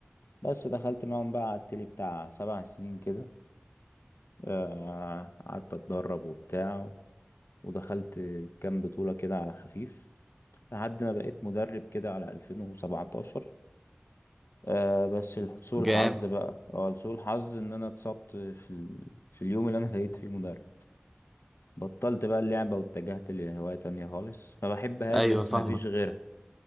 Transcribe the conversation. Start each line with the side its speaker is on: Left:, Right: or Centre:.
Left: بس دخلت معاهم بقى على التلي بتاع سبع سنين كده آه، قعدت اتدرب وبتاع ودخلت كام بطولة كده على خفيف لحد ما بقيت مدرب كده على 2017 آه بس الح- سوء
Centre: جامد
Left: الحظ بقى اه سوء الحظ ان انا اتصبت في, ال... في اليوم اللي انا بقيت فيه مدرب فبطلت بقى اللعبة واتجهت لهواية تانية خالص ما بحبهاش
Centre: ايوه
Left: بس
Centre: فاهمك
Left: ما فيش غيرها